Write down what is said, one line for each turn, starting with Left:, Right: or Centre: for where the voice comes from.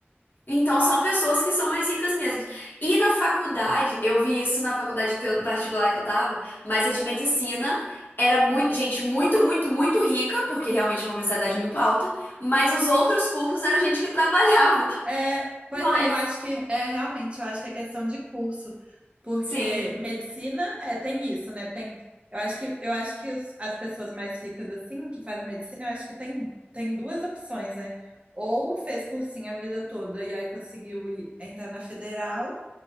Left: Então, são pessoas que são mais ricas mesmo. E na faculdade, eu vi isso na faculdade que eu- particular que eu tava, mas a de medicina era muito, gente muito, muito, muito rica, porque realmente é uma mensalidade muito alta, mas os outros cursos era gente que trabalhava. <laughs>
Right: É, pois é,
Left: Mas,
Right: eu acho que é realmente, eu acho que é questão de curso, porque
Left: Sim,
Right: medicina é tem isso, né? Tem, eu acho que eu acho que os- as pessoas mais ricas assim que fazem medicina, eu acho que tem tem duas opções, né? Ou fez cursinho a vida toda e aí conseguiu ir, entrar na federal,